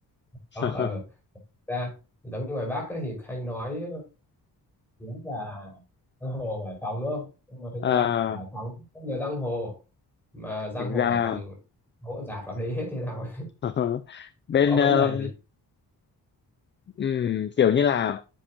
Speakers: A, on the left (about 30°); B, in the centre.
A: không
B: đó ờ
A: <laughs>
B: ra giống như ngoài Bắc ấy, thì hay nói tiếng là giang hồ Hải Phòng đúng không nhưng mà thực
A: Ờ,
B: ra Hải Phòng rất nhiều giang hồ mà giang
A: thực
B: hồ
A: ra
B: Hải Phòng hỗ dạt vào đấy hết thì sao
A: <laughs> Ờ, bên
B: có
A: ờ,
B: vấn đề gì
A: ừm, kiểu như là